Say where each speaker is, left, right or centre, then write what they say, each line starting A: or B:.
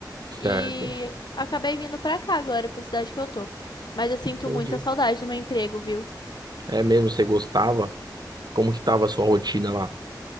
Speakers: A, on the right (about 65°); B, on the left (about 70°).
A: Certo,
B: e acabei vindo pra cá agora, pra cidade que eu tô. Mas eu sinto
A: entendi.
B: muita saudade do meu emprego, viu?
A: É mesmo, você gostava? Como que tava a sua rotina lá?